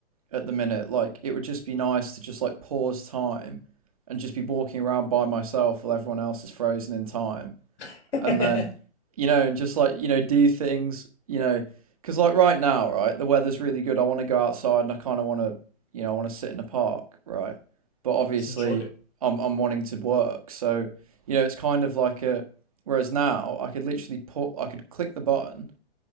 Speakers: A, on the right (about 30°); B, on the left (about 75°).
A: at the minute. Like it would just be nice to just like pause time and just be walking around by myself while everyone else is frozen in time.
B: <laughs>
A: And
B: Just
A: then, you know, and just like, you know, do things, you know, because like right now, right, the weather's really good. I want to go outside and I kind of want to, you know, I want to sit in the park, right? But obviously,
B: enjoy it.
A: I'm I'm wanting to work. So, you know, it's kind of like a whereas now I could literally put I could click the button,